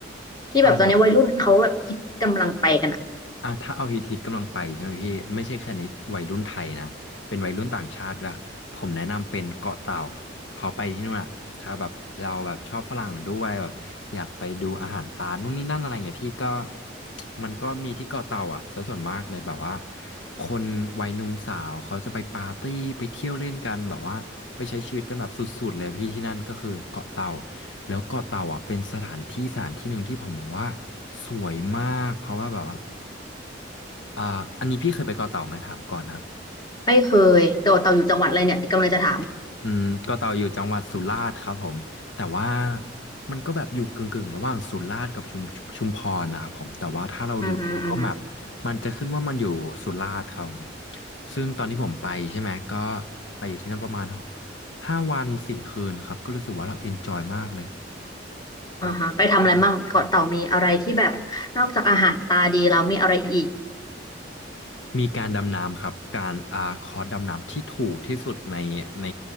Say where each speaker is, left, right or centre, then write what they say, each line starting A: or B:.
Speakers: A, on the left; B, on the left.
A: ที่แบบตอนนี้วัยรุ่นเขาแบบคิดกำลังไปกันอ่ะ
B: เอา อ่ะถ้าเอาฮิตฮิตกำลังไปใช่ไหมพี่ไม่ใช่แค่ในวัยรุ่นไทยนะเป็นวัยรุ่นต่างชาติด้วยผมแนะนำเป็นเกาะเต่าพอไปที่นู่นอ่ะถ้าแบบเราแบบชอบฝรั่งด้วยแบบอยากไปดูอาหารตานู่นนี่นั่นอะไรเงี้ยพี่ก็มันก็มีที่เกาะเต่าอ่ะซะส่วนมากเลยแบบว่าคนวัยหนุ่มสาวเขาจะไปปาร์ตี้ไปเที่ยวเล่นกันแบบว่าไปใช้ชีวิตกันแบบสุดๆเลยพี่ที่นั่นก็คือเกาะเต่าแล้วเกาะเต่าอ่ะเป็นสถานที่สถานที่หนึ่งที่ผมมองว่าสวยมากเพราะว่าแบบว่า อ่าอันนี้พี่เคยไปเกาะเต่าไหมถามก่อนครับ
A: ไม่เคยเต่าเต่าอยู่จังหวัดอะไรเนี่ยกำลังจะถาม
B: อืมเกาะเต่าอยู่จังหวัดสุราษฎร์ครับผมแต่ว่ามันก็แบบอยู่กึ่งๆระหว่างสุราษฎร์กับชุมชุมพรนะครับผมแต่ว่าถ้าเราดู
A: อือฮึอือฮึ
B: Google Map มันจะขึ้นว่ามันอยู่สุราษฎร์ครับผมซึ่งตอนที่ผมไปใช่ไหมก็ไปอยู่ที่นั่นประมาณห้าวันสี่คืนครับก็รู้สึกว่าเราเอนจอยมากเลย
A: อ่าฮะไปทำอะไรมั่งเกาะเต่ามีอะไรที่แบบนอกจากอาหารตาดีแล้วมีอะไรอีก
B: แบบสนุกมาก มีการดำน้ำครับการอ่าคอร์สดำน้ำที่ถูกที่สุดในใน